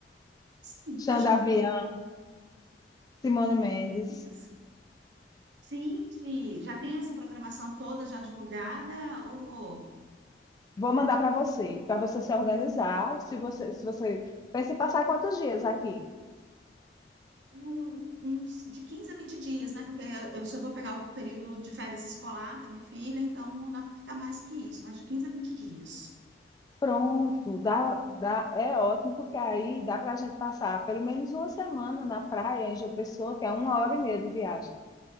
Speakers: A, on the right (about 80°); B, on the left (about 20°).
A: Sim,
B: Xanda Avião, Simone Mendes.
A: paixões. Gente, já tem essa programação toda já divulgada? Ou
B: Vou mandar para você, para você se organizar. Se você, se você pensa em passar quantos dias aqui?
A: um- uns de quinze a 20 dias, né? Porque eu só vou pegar o período de férias escolar da minha filha, então não dá para ficar mais que isso, mas de quinze a vinte dias.
B: Pronto, dá, dá, é ótimo, porque aí dá para a gente passar pelo menos uma semana na praia em João Pessoa, que é uma hora e meia de viagem.